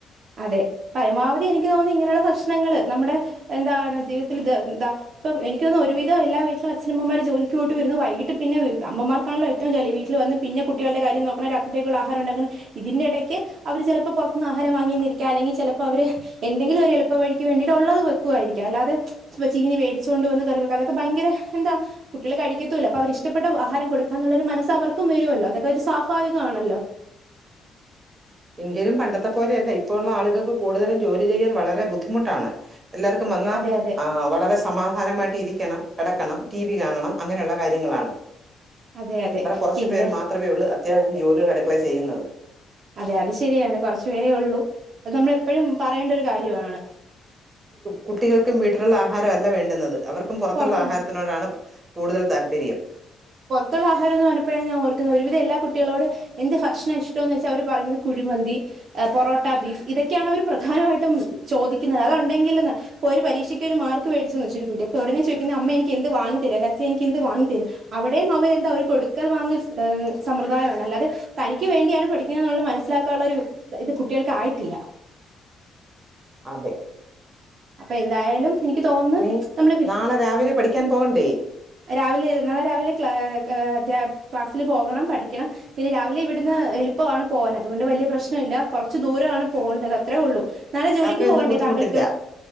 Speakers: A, on the right (about 60°); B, on the right (about 30°).
A: അതെ പരമാവധി എനിക്ക് തോന്നുന്നു ഇങ്ങനെയുള്ള പ്രശ്നങ്ങള് നമ്മുടെ എന്താണ് ജീവിതത്തില് എാ ഇപ്പം എനിക്ക് തോന്നുന്നു ഒരുവിധം എല്ലാ വീട്ടിലും അച്ഛനമ്മമാര് ജോലക്ക് പോയിട്ട് വരുന്നു വൈകിട്ട് പിന്നെ അമ്മമാർക്കണല്ലോ ഏറ്റവും ജോലി വീട്ടിൽ വന്ന്. പിന്നെ കുട്ടികളുടെ കാര്യം നോക്കണം രാത്രിത്തേക്കുള്ള ആഹാരം ഉണ്ടാക്കണം ഇതിന്റെ ഇടയ്ക്ക് അവര് ചിലപ്പോ പുറത്തുന്ന് ആഹാരം വാങ്ങി. അല്ലെങ്കിൽ ചിലപ്പോ അവര് എന്തെങ്കിലും ഒരു എളുപ്പ വഴിക്ക് വേണ്ടിയിട്ട് ഒളളത് വെക്കുമായിരിക്ക അല്ലതെ. ഇപ്പൊ ചീനി വേടിച്ചോണ്ട് വന്ന് കറി െവക്ക അതൊക്കെ ഭയങ്കര എന്താ. കുട്ടികൾ കഴിക്കത്തുല്ല അപ്പൊ അവർക്കിഷ്ടപ്പെട്ട ആഹാരം കൊടുക്കാ എന്നുള്ള ഒരു മനസ്സ് അവർക്കും വരുമല്ലോ അതൊക്കെ ഒരു സ്വാഭാവികമാണല്ലോ.
B: എങ്കിലും പണ്ടത്തെ പോലെയല്ല ഇപ്പോഴുള്ള ആളുകൾക്ക് കൂടുതലും ജോലി ചെയ്യാൻ വളരെ ബുദ്ധിമുട്ടാണ്. എല്ലാർക്കും വന്നാ
A: അതെ അതെ
B: ആ വളരെ സമാധാനമായിട്ട് ഇരിക്കണം കിടക്കണം ടി വി കാണണം അങ്ങനെയുള്ള കാര്യങ്ങളാണ്
A: അതെ അതെ
B: ഇബടെ കുറച്ചു
A: പിന്നെ
B: പേര് മാത്രമേ ഉള്ളൂ അത്യാവശ്യം ജോലികൾ അടുക്കളേ ചെയ്യുന്നത്
A: അതെ അത് ശരിയാണ് കുറച്ചു പേരേ ഉള്ളൂ അത് നമ്മള എപ്പോഴും പറയേണ്ട ഒരു കാര്യാണ്
B: കുട്ടികൾക്കും വീട്ടിലുള്ള ആഹാരല്ല വേണ്ടുന്നത് അവർക്കും പുറത്തുള്ള
A: പുറത്തു
B: ആഹാരത്തിനോടാണ് കൂടുതൽ താല്പര്യം
A: പുറക്കുള്ള ആഹാര എന്ന് പറഞ്ഞപ്പഴാണ് ഞാ ഓർക്കുന്നത് ഒരുവിധ എല്ലാ കുട്ടികളോട് എന്റെ ഭക്ഷണം ഇഷ്ടന്ന് വെച്ചാ അവരെ പറയുന്നത് കുഴിമന്തി പൊറോട്ട ബീഫ് ഇതൊക്കെയാണ് അവർ പ്രധാനമായിട്ടും ചോദിക്കുന്നത് അതൊണ്ടെങ്കിലും ഒരു പരീക്ഷക്ക് ഒരു മാർക്ക് മേടിച്ചെന്ന് വച്ച് ഒരു കുട്ടി അപ്പൊ ഉടനെ ചോദിക്കുന്നത് അമ്മ എനിക്ക് എന്ത് വാങ്ങിത്തരും എൻ്റെ അച്ച എനിക്കെന്ത് വാങ്ങി തരും? അവിടെയും അവരെന്താ ഒരു കൊടുക്കൽ വാങ്ങൽ സമ്പ്രദായമാണ് അല്ലാതെ തനിക്ക് വേണ്ടിയാണ് പഠിക്കുന്നത് എന്നുള്ളത് മനസ്സിലാക്കാനുള്ള ഒരു ഇത് കുട്ടികൾകായിട്ടില്ല
B: അതെ
A: അപ്പൊ എന്തായാലും എനിക്ക് തോന്നന്ന്
B: നീ
A: നമ്മളെ
B: നാളെ രാവിലെ പഠിക്കാൻ പോവണ്ടേ?
A: രാവിലെ നാളെ രാവിലെ ക്ല അധ ക്ലാസ്സിൽ പോകണം പഠിക്കണം പിന്നെ രാവിലെ ഇവിടുന്ന് എളുപ്പാണ് പോവാൻ അതുകൊണ്ട് വലിയ പ്രശ്നം ഇല്ല കുറച്ച് ദൂരാണ് പോണ്ടത് അത്രേ ഉള്ളു നാളെ ജോലിക്ക്
B: യാത്രയൊന്നും
A: പോവണ്ടേ
B: ബുദ്ധിമുട്ടില്ല
A: താങ്കൾക്ക്